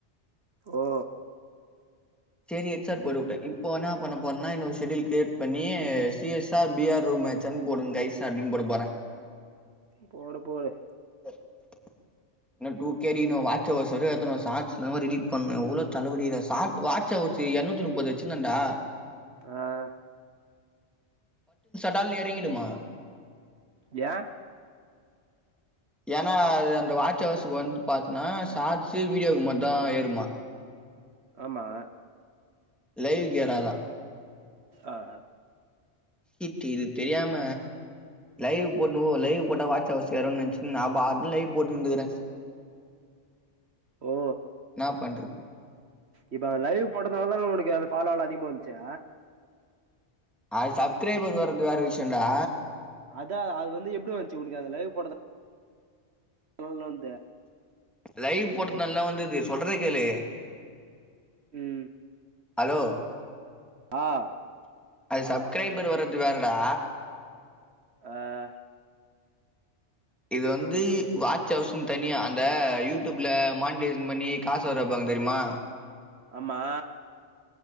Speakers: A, on the right; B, in the centre.
A: ஓ
B: சரி ஹெட்சாட் போட்டுவுட்டே இப்ப என்னா பண்ணபோறன்னா இன்னோரு ஷெட்யூல் கிரியேட் பண்ணி C S R P R room மேச்சான்னு போடுங்காய்ஸ் அப்டின்னு போட போறே
A: போடு போடு
B: <unintelligible> ன்னு டூ கே அடிக்கணும் வாச்ஹவர்ஸோரு எத்துனு வா ஷார்ட் லா ரெடி பண்ணும் எவ்ளோ தலைவலிகுதா சாட் வாட்ச் ஹவர்ஸு எர்நூத்தி முப்பது வச்சுந்தன்டா
A: ஆஹ்
B: டால்னு எறங்கிடுமா
A: ஏ
B: ஏன்னா அது அந்த வாட்ச் ஹவர்ஸுக்கு வந்து பாத்தன்னா ஷாட்ஸே வீடியோக்கு மார்தா ஏறுமா
A: ஆமா
B: லைவ்க்கேராதா
A: ஆஹ்
B: இத் இது தெரியாம லைவ் போட்ணு லைவ் போட்டா வாட்ச் ஹவர்ஸ் ஏரும்னு நெனச்சுக்குன் நான் பாட்டுக்குன் லைவ் போட்டு இருந்துக்கறேன்
A: ஓ
B: என்னா பண்றது
A: இப்ப லைவ் போட்டதனால தானே உனக்கு அந்த ஃபாலோவல அதிகமா வந்துச்சே
B: அது சப்கிரைபர் வர்றது வேற விஷயம்டா
A: அதா அது வந்து எப்டி வந்துச்சு உனக்கு அது லைவ் போடதா எவ்ளோன்த
B: லைவ் போட்டத்னாலதா வந்தது சொல்றத கேளு
A: உம்
B: ஹலோ
A: ஆஹ்
B: அது சப்கிரைபர் வர்றது வேறடா
A: ஆஹ்
B: இது வந்து வாட்ச் ஹவர்ஸுன்னு தனியா அந்த யூடியூப்ல மானிடேஷன் பண்ணி காசு வர வப்பாங்க தெரிமா
A: ஆமா